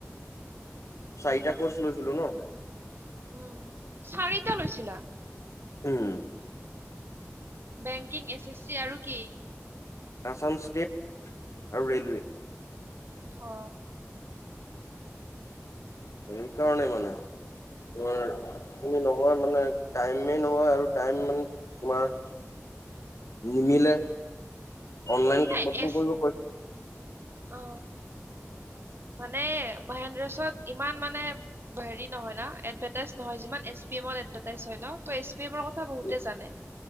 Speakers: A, on the left; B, on the right.
A: মই চাৰিটা কৰ্চ লৈছিলো ন
B: উম চাৰিটা লৈছিলা
A: উম
B: বেংকিং এছ এছ চি আৰু কি
A: আছাম ষ্টেট আৰু ৰে'লৱে
B: অ
A: সেইকাৰণেই মানে তোমাৰ নহয় মানে টাইমেই নহয় আৰু টাইম মানে তোমাৰ
B: <inaudible>
A: নিমিলে অনলাইন
B: এই
A: বুকিং
B: এছ
A: কৰিব পাৰি
B: অ মানে মহেন্দ্ৰছত ইমান মানে হেৰি নহয় ন এডভেটাইজ নহয় যিমান এছ পি এ অকল এডভেটাইজ হয় ন ত পি এমৰ কথা বহুতে
A: উম
B: জানে।